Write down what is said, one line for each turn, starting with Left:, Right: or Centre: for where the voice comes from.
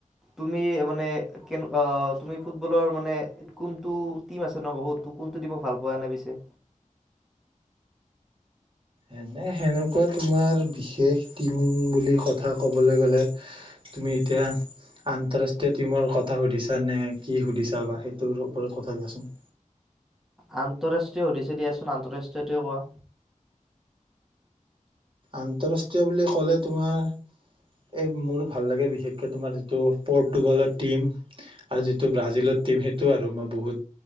Centre: তুমি মানে কেনে তুমি ফুটবলৰ মানে কোনটো টিম আছে ন', বহুত কোনটো টিমক ভাল পোৱা পিছে?
Right: এনে সেনেকুৱা তোমাৰ বিশেষ টিম বুলি কথা কবলৈ গ'লে, তুমি এতিয়া আন্তৰাষ্ট্ৰীয় টিমৰ কথা সুধিছা নে কি সুধিছা বা সেইটোৰ ওপৰত কথা দিয়াচোন?
Centre: আন্তঃৰাষ্ট্ৰীয় সুধিছে দিয়াচোন আন্তঃৰাষ্ট্ৰীয়টোৱে কোৱা?
Right: আন্তৰাষ্ট্ৰীয় বুলি ক'লে ', -তোমাৰ এই মোৰো ভাল লাগে বিশেষকে তোমাৰ যিটো 'পৰ্তুগালৰ টিম' আৰু যিটো 'ব্ৰাজিলৰ টিম, ' সেইটো আৰু মই বহুত